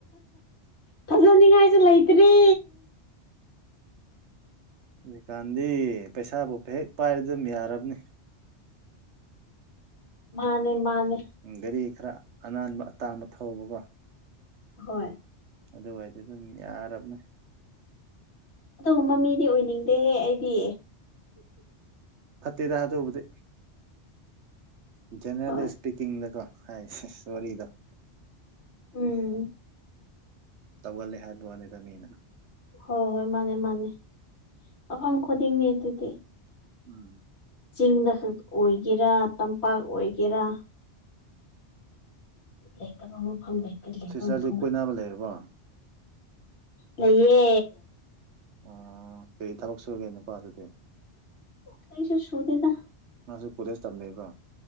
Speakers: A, on the left; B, on the right.
A: ꯐꯖꯅꯤꯡꯉꯥꯏꯁꯨ ꯂꯩꯇ꯭ꯔꯤ
B: ꯍꯧꯖꯤꯀꯥꯟꯗꯤ ꯄꯩꯁꯥꯕꯨ ꯍꯦꯛ ꯄꯥꯏꯔ ꯑꯗꯨꯝ ꯌꯥꯔꯕꯅꯦ
A: ꯃꯥꯅꯦ ꯃꯥꯅꯦ
B: ꯒꯥꯔꯤ ꯈꯔ ꯑꯅꯥꯟꯕ ꯑꯇꯥꯡꯕ ꯊꯧꯕꯀꯣ
A: ꯍꯣꯏ
B: ꯑꯗꯨꯋꯥꯏꯗꯨ ꯑꯗꯨꯝ ꯌꯥꯔꯕꯅꯦ
A: ꯑꯗꯨꯒꯨꯝꯕ ꯃꯤꯗꯤ ꯑꯣꯏꯅꯤꯡꯗꯦꯍꯦ ꯑꯩꯗꯤ
B: ꯐꯠꯇꯦꯗ ꯍꯥꯗꯕꯨꯗꯤ ꯖꯦꯅꯔꯦꯂꯤ
A: ꯍꯣꯏ
B: ꯏꯁꯄꯤꯀꯤꯡꯗꯀꯣ ꯍꯥꯏ ꯋꯥꯔꯤꯗꫭ
A: ꯎꯝ
B: ꯇꯧꯒꯜꯂꯦ ꯍꯥꯏꯕ ꯋꯥꯅꯤꯗꯃꯤꯅ
A: ꯍꯣꯏ ꯍꯣꯏ ꯃꯥꯅꯦ ꯃꯥꯅꯦ ꯑꯐꯝ ꯈꯨꯗꯤꯡꯅꯤ ꯑꯗꯨꯗꯤ
B: ꯎꯝ
A: ꯆꯤꯡꯗ ꯈꯛ ꯑꯣꯏꯒꯦꯔꯥ ꯇꯝꯄꯥꯛ ꯑꯣꯏꯒꯦꯔꯥ ꯂꯩꯇꯕ ꯃꯐꯝ ꯂꯩꯀ ꯂꯩꯕ
B: ꯁꯤꯁꯇꯔꯁꯦ
A: ꯃꯐꯝ
B: ꯀꯣꯏꯅꯕ ꯂꯩꯔꯕꯣ
A: ꯂꯩꯌꯦ
B: ꯎ ꯀꯔꯤ ꯊꯕꯛ ꯁꯨꯒꯦ ꯅꯨꯄꯥ ꯑꯗꯨꯗꯤ
A: ꯀꯔꯤꯁꯨ ꯁꯨꯗꯦꯗ
B: ꯃꯥꯁꯨ ꯀꯂꯦꯖ ꯇꯝꯅꯕꯣ